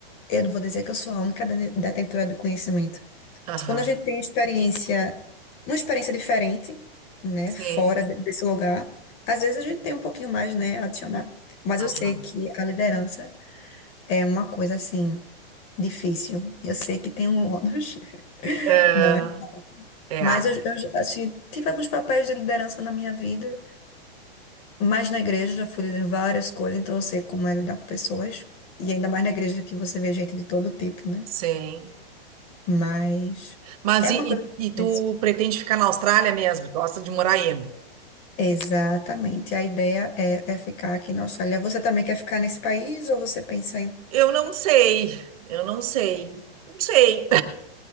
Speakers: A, on the left; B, on the right.
A: Eu não vou dizer que eu sou a única dene- detentora do conhecimento.
B: aham,
A: Mas quando a gente tem experiência, uma experiência diferente, né,
B: sim,
A: fora de- desse lugar, às vezes a gente tem um pouquinho mais, né, a adicionar. Mas
B: aham.
A: eu sei que a liderança é uma coisa assim difícil. Eu sei que tem um ônus, <laughs>
B: É,
A: não é?
B: é,
A: Mas eu, eu, assim, tive alguns papéis de liderança na minha vida, mas na igreja já fui líder em várias coisas, então eu sei como é lidar com pessoas. E ainda mais na igreja que você vê gente de todo tipo, né?
B: sim.
A: Mas
B: Mas
A: é
B: e,
A: uma coisa que
B: e- e tu
A: eu
B: pretende ficar na Austrália mesmo? Gosta de morar aí?
A: Exatamente. A ideia é, é ficar aqui na Austrália. Você também quer ficar nesse país ou você pensa em
B: Eu não sei, eu não sei, não sei,